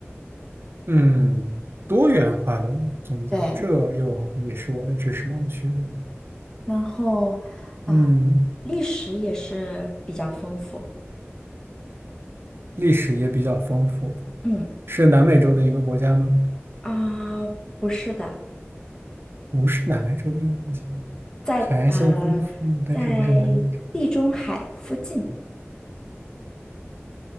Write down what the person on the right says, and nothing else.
嗯，多元化的宗教，
这个又也是我的知识盲区了
嗯，
历史也比较丰富，
是南美洲的一个国家吗？
不是南美洲的一个国家，
海岸线丰富，但是不是南美洲，